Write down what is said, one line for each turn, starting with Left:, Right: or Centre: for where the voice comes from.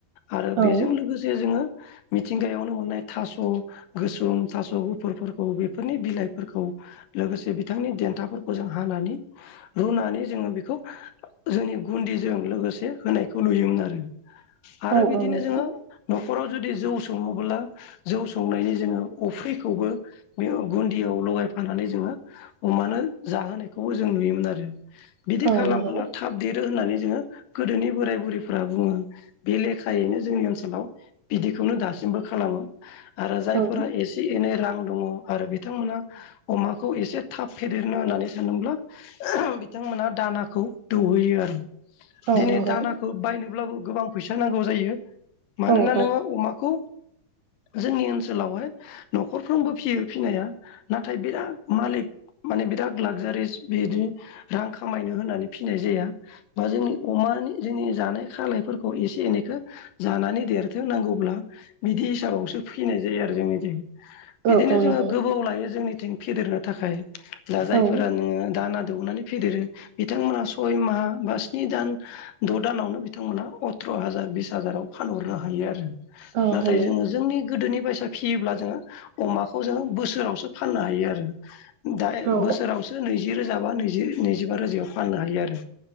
Left: आरो बेजों
Right: औ
Left: लोगोसे जोङो मिथिंगायावनो मोननाय थास' गोसोम थास' गुफुरफोरखौ, बेफोरनि बिलाइफोरखौ लोगोसे बिथांनि देन्थाफोरखौ जों हानानै रुनानै जोङो बेखौ जोंनि गुन्दिजों लोगोसे होनायखौ नुयोमोन आरो। आरो
Right: औ
Left: बिदिनो
Right: नंगौ
Left: जोङो न'खराव जुदि जौ सङोब्ला जौ संनायनि जोङो अफ्रिखौबो बे गुन्दियाव लगायफानानै जोङो अमानो जाहोनायखौबो जों नुयोमोन आरो। बिदि
Right: औ
Left: खालामबोला
Right: नंगौ
Left: थाब देरो होननानै जोङो गोदोनि बोराइ बुरैफोरा बुङो। बे लेखायैनो जोंनि ओनसोलाव बिदिखौनो दासिमबो खालामो। आरो जायफोरा
Right: औ
Left: एसे एसे एनै रां दङ आरो बिथांमोना अमाखौ एसे थाब फेदेरनो होननानै सानदोंब्ला बिथांमोना दानाखौ दौहैयो आरो।
Right: औ
Left: दिनै
Right: नंगौ
Left: दानाखौ बायनोब्लाबो गोबां फैसा नांगौ जायो। मानोना
Right: औ औ
Left: नोङो अमाखौ जोंनि ओनसोलावहाय न'खरफ्रोमबो फियो फिनाया। नाथाय बिराद मालिक माने बिराद लाक्जारिस बिदि रां खामायनो होनानै फिनाय जाया। बा जोंनि अमानि जोंनि जानाय खालायफोरखौ खौ एसे एनैखौ जानानै देरथोंनांगौब्ला बिदि हिसाबावसो फि फिनाय जायो आरो जोंनिथिं। बिदिनो
Right: औ
Left: जोङो
Right: नंगौ
Left: गोबाव लायो जोंनिथिं फेदेरनो थाखाय। दा जायफोरा
Right: औ
Left: नोङो दाना दौनानै फेदेरो बिथांमोना सय माह बा स्नि दान द' दानावनो बिथांमोना सथ्र' हाजार बिस हाजाराव फानहरनो हायो आरो।
Right: औ
Left: नाथाय
Right: हायो
Left: जोङो जोंनि गोदोनि बायसा फियोब्ला जोङो अमाखौ जोङो बोसोरावसो फाननो हायो आरो। दा
Right: औ
Left: बोसोरावसो नैजि रोजा बा नैजि नैजिबा रोजायाव फाननो हायो आरो।